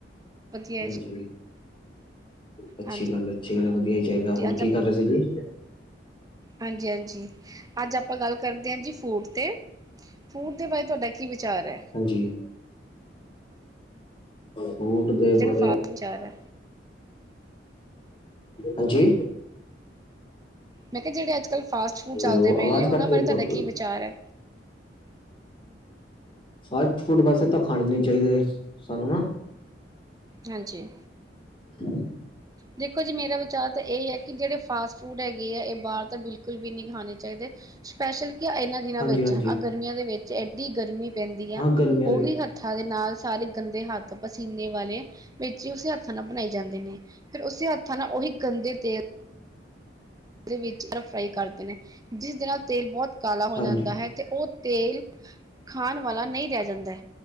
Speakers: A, on the right; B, on the left.
A: ਵਧੀਆ ਹੈ
B: ਹਾਂਜੀ,
A: ਜੀ
B: ਅੱਛੀ
A: ਹਾਂਜੀ
B: ਗੱਲ- ਅੱਛੀ ਗੱਲ, ਵਧੀਆ ਹੀ ਚਾਹੀਦਾ, ਹੋਰ
A: ਅੱਜ
B: ਕੀ ਕਰ ਰਹੇ ਸੀ ਜੀ?
A: ਹਾਂਜੀ- ਹਾਂਜੀ, ਅੱਜ ਆਪਾਂ ਗੱਲ ਕਰਦੇ ਹਾਂ ਜੀ ਫੂਡ 'ਤੇ। ਫੂਡ ਦੇ ਬਾਰੇ ਤੁਹਾਡਾ ਕੀ ਵਿਚਾਰ ਐ?
B: ਹਾਂਜੀ, ਫੂਡ ਦੇ
A: ਜਿਹੜੇ
B: ਬਾਰੇ
A: <inaudible> ਐ।
B: ਹਾਂਜੀ?
A: ਮੈਂ ਕਿਹਾ ਜਿਹੜੇ ਅੱਜ-ਕੱਲ੍ਹ ਫਾਸਟ ਫੂਡ ਚੱਲਦੇ
B: ਹੈਲੋ
A: ਪਏ
B: ਆਵਾਜ਼
A: ਨੇ, ਉਹਨਾਂ
B: ਕੱਟ
A: ਬਾਰੇ
B: ਰਹੀ
A: ਤੁਹਾਡਾ
B: ਤੁਹਾਡੀ
A: ਕੀ ਵਿਚਾਰ ਐ?
B: ਫਾਸਟ ਫੂਡ ਵੈਸੇ ਤਾਂ ਖਾਣੇ ਨੀ ਚਾਹੀਦੇ, ਸਾਨੂੰ ਨਾ
A: ਹਾਂਜੀ।
B: ਹੂੰ
A: ਦੇਖੋ ਜੀ ਮੇਰਾ ਵਿਚਾਰ ਤਾਂ ਇਹ ਹੈ ਕਿ ਜਿਹੜੇ ਫਾਸਟ ਫੂਡ ਹੈਗੇ ਆ ਇਹ ਬਾਹਰ ਤਾਂ ਬਿਲਕੁਲ ਵੀ ਨੀ ਖਾਣੇ ਚਾਹੀਦੇ ਸਪੈਸ਼ਲ ਕੀ ਇਹਨਾਂ ਦਿਨਾਂ
B: ਹਾਂਜੀ
A: ਵਿੱਚ
B: ਹਾਂਜੀ
A: ਆਹ ਗਰਮੀਆਂ ਦੇ ਵਿੱਚ ਐਡੀ ਗਰਮੀ ਪੈਂਦੀ ਆ,
B: ਹਾਂ ਗਰਮੀਆਂ
A: ਉਹੀ
B: ਦੇ ਵਿੱਚ
A: ਹੱ ਥਾਂ ਦੇ ਨਾਲ ਸਾਰੇ ਗੰਦੇ ਹੱਥ ਪਸੀਨੇ ਵਾਲੇ, ਵਿੱਚ ਹੀ ਉਸੇ ਹੱਥਾਂ ਨਾਲ ਬਣਾਏ ਜਾਂਦੇ ਨੇ। ਫੇਰ ਉਸੇ ਹੱਥਾਂ ਨਾ ਉਹੀ ਗੰਦੇ ਤੇਲ ਵਿੱਚ ਫਰਾਈ ਕਰਦੇ ਨੇ, ਜਿਸਦੇ ਨਾਲ ਤੇਲ ਬੋਹਤ ਕਾਲਾ ਹੋ
B: ਹਾਂਜੀ
A: ਜਾਂਦਾ ਹੈ ਤੇ ਉਹ ਤੇਲ ਖਾਣ ਵਾਲਾ ਨਈ ਰਹਿ ਜਾਂਦਾ